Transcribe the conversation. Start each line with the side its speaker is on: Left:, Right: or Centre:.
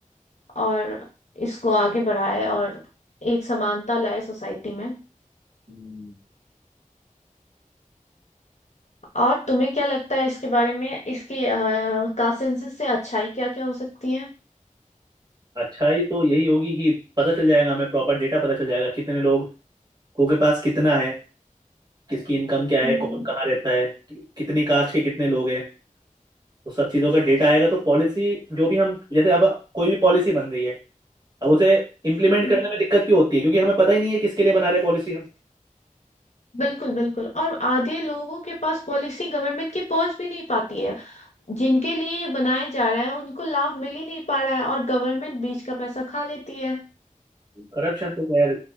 Left: और इसको आगे बढ़ाए और एक समानता लाए सोसाइटी में
Right: हम्म।
Left: और तुम्हें क्या लगता है इसके बारे में इसकी कॉन्सेंसस से अच्छाई क्या क्या हो सकती है
Right: अच्छा ही तो यही होगी कि पता चल जाएगा हमें प्रॉपर डेटा पता चल जाएगा कितने लोग को के पास कितना है किसकी इनकम क्या है
Left: हम्म।
Right: कौन कहाँ रहता है कि- कितनी कास्ट के कितने लोग हैं तो सब चीज़ों का डेटा आएगा तो पॉलिसी जो भी हम जैसे अब कोई भी पॉलिसी बन रही है अब उसे इम्प्लीमेंट
Left: हम्म
Right: करने में दिक्कत क्यों होती है क्योंकि हमें पता ही नहीं है किसके लिए बना रहे पॉलिसी हम।
Left: बिल्कुल बिल्कुल और आधे लोगों के पास पॉलिसी गवर्नमेंट की पहुंच भी नहीं पाती है जिनके लिए ये बनाया जा रहा है उनको लाभ मिल ही नहीं पा रहा है और गवर्नमेंट बीच का पैसा खा लेती है
Right: करप्शन तो खैर